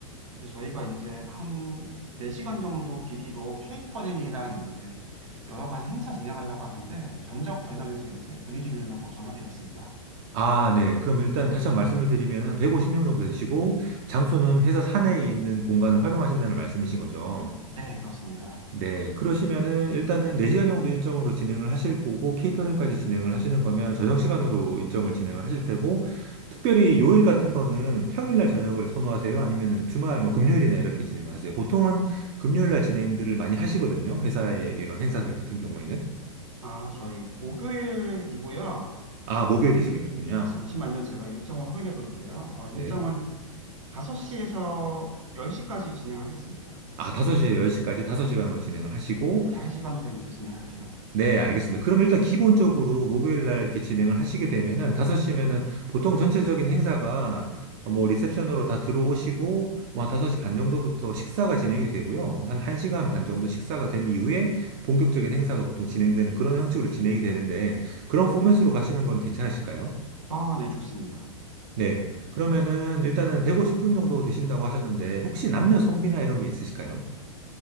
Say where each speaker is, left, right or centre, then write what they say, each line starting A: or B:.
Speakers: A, on the right (about 65°); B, on the right (about 30°).
A: 근데 저희가 이제 한 4시간 정도 길이로 케이터링이랑 이제 여러 가지 행사 진행하려고 하는데 견적 관련해서 이제 문의드리려고 전화드렸습니다.
B: 아, 네. 그럼 일단 다시 한번 말씀을 드리면은 150명 정도 되시고, 장소는 회사 사내에 있는 공간을 활용하신다는 말씀이신 거죠.
A: 네, 그렇습니다.
B: 네, 그러시면은 일단은 4시간 정도 일정으로 진행을 하실 거고, 케이터링까지 진행을 하시는 거면 저녁 시간으로 일정을 진행을 하실 테고, 특별히 요일 같은 거는 평일날 저녁을 선호하세요? 아니면은 주말, 뭐 금요일이나 이렇게 진행을 하세요? 보통은 금요일날 진행들을 많이 하시거든요. 회사의 이런 행사들 같은 경우에는.
A: 아, 저희 목요일이고요.
B: 아, 목요일이시군요.
A: 예, 잠시만요. 제가 일정을 확인해 볼게요. 어, 일정은
B: 네.
A: 5시에서 10시까지 진행하겠습니다.
B: 아, 5시에 10시까지 5시간으로 진행을 하시고,
A: 예, 5시간으로 이제 진행할게요.
B: 네,
A: 네.
B: 알겠습니다. 그럼 일단 기본적으로 목요일 날 이렇게 진행을 하시게 되면은 5시면은 보통 전체적인 행사가 뭐 리셉션으로 다 들어오시고 뭐한 5시 반 정도부터 식사가 진행이 되고요. 한 1시간 반 정도 식사가 된 이후에 본격적인 행사가 보통 진행되는 그런 형식으로 진행이 되는데 그런 포맷으로 가시는 거는 괜찮으실까요?
A: 아, 네, 좋습니다.
B: 네. 그러면은 일단은 150분 정도 되신다고 하셨는데 혹시 남녀 성비나 이런 게 있으실까요?